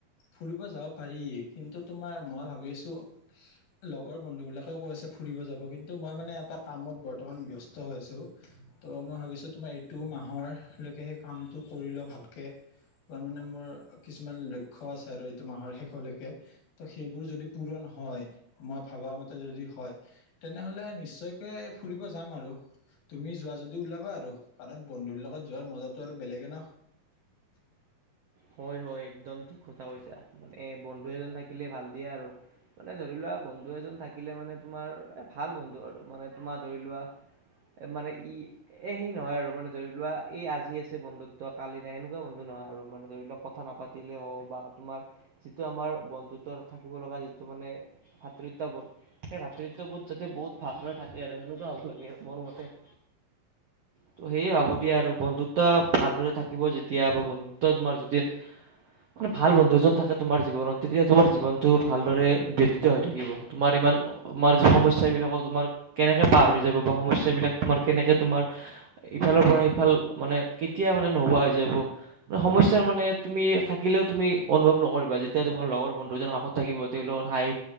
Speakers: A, on the left (about 75°); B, on the right (about 75°).
A: ফুৰিব যাব পাৰি, কিন্তু তোমাৰ মই ভাবি আছো লগৰ বন্ধু বিলাকে কৈছে। ফুৰিব যাব, কিন্তু মই মানে এটা কামত বৰ্তমান ব্যস্ত হৈ আছো, ত মই ভাবিছো তোমাৰ এইটো মাহৰলৈকে সেই কামটো কৰি লওঁ ভালকৈ। তাৰ মানে মোৰ কিছুমান লক্ষ্য আছে আৰু এইটো মাহৰ শেষলৈকে, ত সেইবোৰ যদি পূৰণ হয়, মই ভবা মতে যদি হয়, তেনেহ'লে নিশ্চয়কে ফুৰিব যাম আৰু। তুমি যোৱা যদি ওলাবা আৰু। কাৰণ বন্ধুৰ লগত যোৱাৰ মজাতটো আৰু বেলেগে ন।
B: হয়, হয় একদম ঠিক কথা কৈছা, মানে বন্ধু এজন থাকিলে ভাল দিয়ে আৰু। মানে ধৰি লোৱা বন্ধু এজন থাকিলে মানে, তোমাৰ এ, ভাল বন্ধু আৰু মানে তোমাৰ ধৰি লোৱা মানে ই এ, সি নহয় আৰু মানে ধৰি লোৱা এই আজি আছে, বন্ধুত্ব কালিনা সেনেকুৱা বন্ধু ন। অ', আৰু মানে, ধৰি লওঁক কথা নাপাতিলেও বা তুমাৰ যিটো আমাৰ বন্ধুত্বৰ থাকিব লগা যিটো মানে ভাতৃত্ববোধ সেই ভাতৃত্ববোধ যাতে বহুত ভালদৰে থাকে আৰু সেনেকুৱা হ'ব লাগে, আৰু মোৰ মতে <unintelligible> ত সেয়ে ভাবো দিয়া আৰু বন্ধুত্ব ভালদৰে থাকিব যেতিয়া বা বন্ধুত্ব তোমাৰ যে মানে ভাল বন্ধু এজন থাকেতোমাৰ জীৱনত, তেতিয়া তোমাৰ জীৱনতটো ভালদৰে ব্যতিত হৈ থাকিব, তোমাৰ ইমা তোমাৰ যি সমস্যাবিলাকৰ তোমাৰ কেনেকে পাৰ হৈ যাব বা সমস্যা বিলাক তোমাৰ কেনেকে তোমাৰ ইফালৰ পৰা সফাল মানে কেতিয়া মানে নোহোৱা হৈ যাবোৰে সমস্যা মানে তুমি থাকিলও তুমি অনুভৱ নকৰিবা, যেতিয়া তোমাৰ লগৰ বন্ধুজনৰ কাষত থাকিব, তেওঁলোকৰ হ